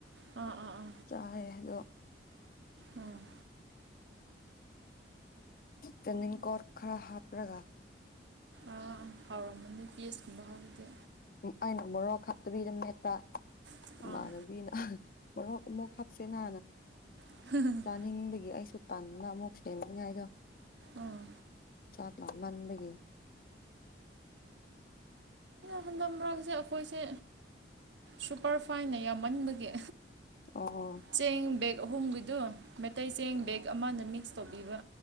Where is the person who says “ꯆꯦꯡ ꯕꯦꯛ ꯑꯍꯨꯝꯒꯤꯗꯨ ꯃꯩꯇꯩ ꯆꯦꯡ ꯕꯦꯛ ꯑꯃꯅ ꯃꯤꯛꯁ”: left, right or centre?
Right